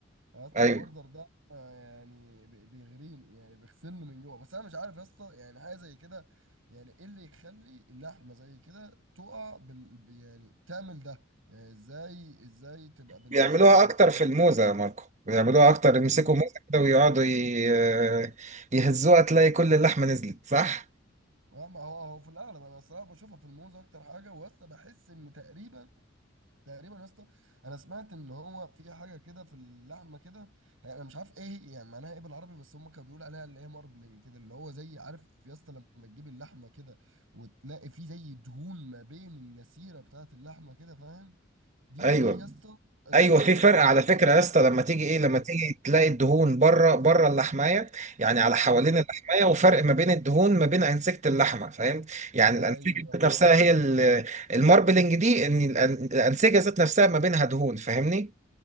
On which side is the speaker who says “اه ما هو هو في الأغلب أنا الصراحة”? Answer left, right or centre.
Right